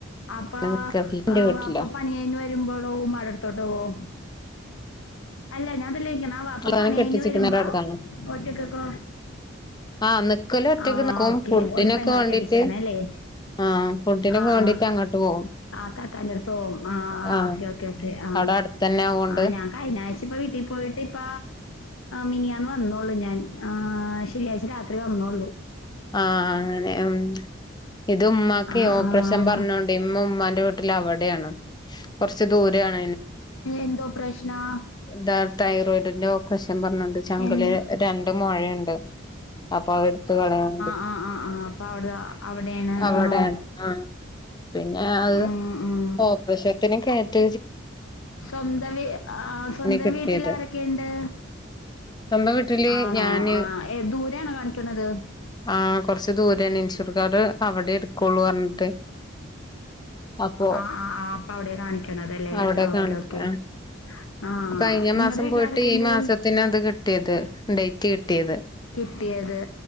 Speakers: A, on the left; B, on the left.
A: അപ്പൊ
B: നിക്കല് എന്റെ വീട്ടിലാ
A: അപ്പൊ പണഴിഞ് വരുമ്പോഴോ മടർത്തോട്ടവോ അല്ല ഞാൻതെലക്കണവാ അപ്പൊ
B: അവസാനം
A: പണന്
B: കെട്ടിച്ചിക്കണോര്
A: വരുമ്പോ
B: അവിടുന്നാണ്
A: ഒറ്റക്കൊക്ക
B: ആഹ് നിക്കല് ഒറ്റക്ക്
A: ആഹ
B: നിക്കും
A: ഓക്കെ
B: ഫുഡിനൊക്കെ
A: ഒരു പെങ്ങളൊ
B: വേണ്ടീട്ട്
A: കെട്ടിച്ചേണ അല്ലേ
B: ആഹ് ഫുഡിനൊക്കെ
A: ആ
B: വേണ്ടീട്ട്
A: ആ
B: അങ്ങോട്ട് പോകും
A: ആ താട്ടന്റെറെ അടുത്ത്ോവും ആ്
B: ആഹ്
A: ഓക്കെ ഓക്കേ േ ആഹ
B: അവിടെ അടുത്തന്നെ ആവോണ്ട്
A: ആഹ ഞാൻ കഴിഞ്ഞ ആഴ്ച ഇപ്പ വീട്ടിൽ പോയിട്ട് ഇപ്പ മിനിയാന്ന് വന്നോള്ളു ഞാൻ ശനിയാഴ്ച്ച രാത്രി വന്നോള്ളൂ
B: ആഹ് അങ്ങനെ ഉം ഇത് ഉമ്മാക്ക്
A: ആ
B: ഓപ്പറേഷൻ
A: ആ
B: പറഞ്ഞോണ്ട് ഇമ്മ ഉമ്മാന്റെ വീട്ടിൽ അവിടെയാണ് കുറച്ച് ദൂരം
A: എന്തോ പ്രശ്നാ
B: ത പൻ പറഞ്ഞണ്ട് ചങ്കല
A: എന്ന്
B: രണ്ട് മഴയുണ്ട് അപ്പൊ എടുത്ത കളയാൻ
A: ആഹ് ആ ആ് അപ്പൊ അവിടെ അവിടെയാണ്
B: അവിടെയാണ്
A: ആ
B: ആ പിന്നെ അത്
A: ഉം ഉം
B: ഓപ്പശത്തിന കേയറ്റ
A: സ്വന്തം വ ആ സ്വന്തം
B: കിട്ടിയത്
A: വീട്ടിൽ ആരൊക്കെുണ്ട്
B: സ്വന്തം വീട്ടില്
A: ആണോ
B: ഞാന്
A: ആ ദൂര ആാണ് കാണിക്കണത്
B: ആഹ കൊറച്ചു ദൂരാണ് ഇൻഷൂർ കാർഡ് അവിടെ എടുക്കുള്ളു പറഞ്ഞിട്ട് അപ്പൊ
A: ആ ആ് ആ് അപ്പ അവിടെ കാണിക്കണതല്ലേ
B: അവിടെ
A: ഓക്കെ
B: കാണിക്ക
A: ഓക്കെ ആഹ്
B: കഴിഞ്ഞ
A: ഇങ്ങടെ
B: മാസം
A: വീട്ടിൽ
B: പോയിട്ട്
A: ആരൊക്കെയുണ്ട്
B: ഈ മാസത്തിന് അത് കിട്ടിയത് ഡേറ്റ് കിട്ടിയത്
A: കിട്ടിയത്